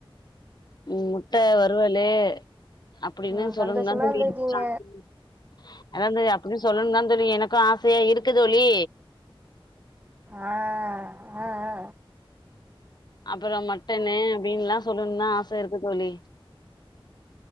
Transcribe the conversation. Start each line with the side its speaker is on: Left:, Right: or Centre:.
Left: முட்ட வறுவலு அப்டின்னு
Right: ம்
Left: சொல்லனுன்னு
Right: சந்தோஷமா
Left: தா தோழி
Right: இருந்திருக்கீங்க
Left: சான்ஸூ அதா தோழி அப்டின் சொல்லனும் தான் தோழி எனக்கும் ஆசயா இருக்கு தோழி
Right: ஆ ஆ ஆ
Left: அப்புறம் மட்டனு அப்டின்னுலாம் சொல்லனுன்னு தான் ஆச இருக்கு தோழி